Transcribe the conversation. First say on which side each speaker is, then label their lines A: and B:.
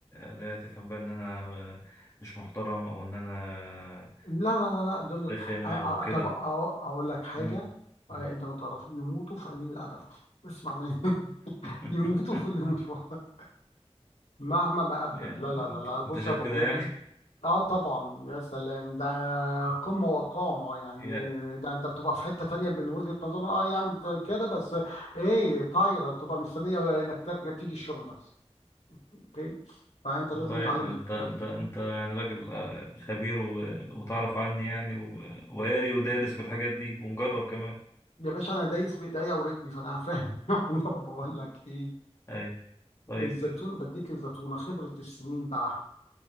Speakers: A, on the left; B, on the left.
A: لا تفهم بقى ان انا مش محترم او ان انا
B: لا لا لا لا دول
A: رخم
B: آه
A: او
B: آه
A: كده
B: طب آه اقول لك حاجه
A: مم. مم.
B: آه انت ما تعرف يموتوا في قليل الادب اسمع مني <laughs>
A: <laughs>
B: يموتوا في اللي مش ورا مهما ما ابدد
A: يعني
B: لا لا
A: انت
B: لا لا بص
A: انت شايف
B: يا ابو
A: كده
B: حميد
A: يعني
B: اه طبعا يا سلام ده قمة وقامة يعني
A: <laughs> يا
B: ده انت بتبقى في حتة تانية من وجهة نظر اه يا عم ده كده بس ايه طايرة تبقى مستنية انك ترجع تيجي الشغل بس اوكي فانت
A: والله
B: لازم تعلم الحتة
A: انت انت
B: دي
A: انت يعني راجل آه، خبير و- وتعرف عني يعني و- وقاري ودارس في الحاجات دي ومجرب كمان
B: يا باشا انا دايس بايديا ورجلي فانا فاهم <laughs> بقول لك ايه
A: اي طيب
B: الزيتون بديك الزيتونة خبرة السنين بقى